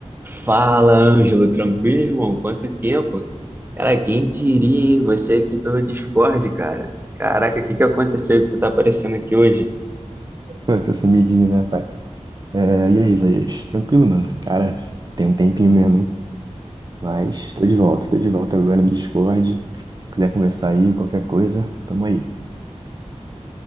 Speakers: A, on the right; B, on the right.
A: Fala, Ângelo, tranquilo, irmão? Quanto tempo? Cara, quem diria, hein? Você aqui pelo Discord, cara. Caraca, o que que aconteceu que tu tá aparecendo aqui hoje?
B: Pô, tô sumidinho, né, pai? É, e aí, Isaías? Tranquilo, mano. Cara, tem um tempinho mesmo, hein? Mas tô de volta, tô de volta agora no Discord. Quiser conversar aí, qualquer coisa, tamo aí.